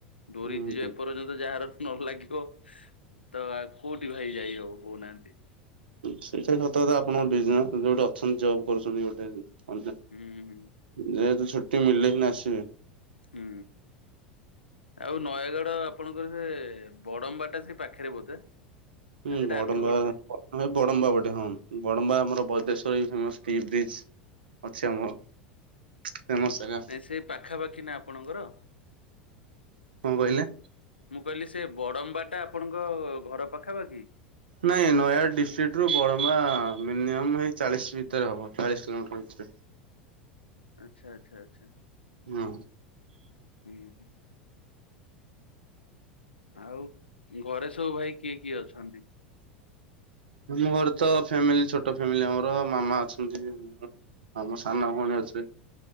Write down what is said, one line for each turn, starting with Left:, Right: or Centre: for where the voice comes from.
Left: ଡୋରି
Right: ହୁଁ
Left: ଯିଏ ଏପର୍ଯ୍ୟନ୍ତ ଯାହାର ନଲାଗିବ ତ ଆଉ କୋଉଠି ଭାଇ ଯାଇ ହବ କହୁନାହାନ୍ତି।
Right: ସେଇଟା ସତ କଥା ଆପଣ ବିଜନେ ଯୋଉଟା ଅଛନ୍ତି ଜବ୍ କରୁଛନ୍ତି ଗୋଟେ <unintelligible>
Left: ହୁଁ ହୁଁ।
Right: ଯେହେତୁ ଛୁଟି ମିଳିଲେ ସିନା ଆସିବି।
Left: ହୁଁ ଆଉ ନୟାଗଡ଼ ଆପଣଙ୍କର ସେ ବଡମ୍ବାଟା ସେ ପାଖରେ ବୋଧେ?
Right: ହୁଁ
Left: ନା ସେଇଟା
Right: ବଡମ୍ବା
Left: ଆଠଗଡରେ?
Right: ବଡମ୍ବା ପଟେ ହଁ ବଡମ୍ବା ଆମର ବଦେଶ୍ର ଫେମସ୍ ଟି ବିଚ୍ ଅଛି ଆମର ଫେମସ ଜାଗା।
Left: ସେ ପାଖାପାଖି ନା ଆପଣଙ୍କର?
Right: କଣ କହିଲେ?
Left: ମୁଁ କହିଲି ସେ ବଡମ୍ବାଟା ଆପଣଙ୍କ ଘର ପାଖାପାଖି?
Right: ନାଇଁ ନୟାଗଡ଼ ଡିଷ୍ଟ୍ରିକ୍ଟରୁ ବଡମା ମିନିମମ୍ ହେଇ ଚାଳିଶ ଭିତରେ ହବ ଚାଳିଶ କିଲୋମିଟର ଭିତରେ।
Left: ଆଚ୍ଛା ଆଚ୍ଛା ଆଚ୍ଛା।
Right: ହୁଁ।
Left: ହୁଁ। ଆଉ ଘରେ ସବୁ ଭାଇ କିଏ କିଏ ଅଛନ୍ତି?
Right: ଆମ ଘରେ ତ ଫ୍ୟାମିଲି ଛୋଟ ଫ୍ୟାମିଲି ଆମର ମାମା ଅଛନ୍ତି ଆଉ ମୋ ସାନ ଭଉଣୀ ଅଛି।